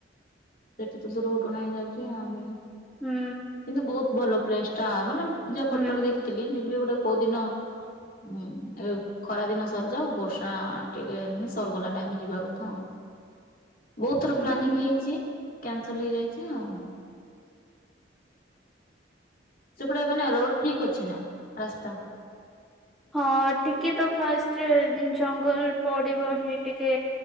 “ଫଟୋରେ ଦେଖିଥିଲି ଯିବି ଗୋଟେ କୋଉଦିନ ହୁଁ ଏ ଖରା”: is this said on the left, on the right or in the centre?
Left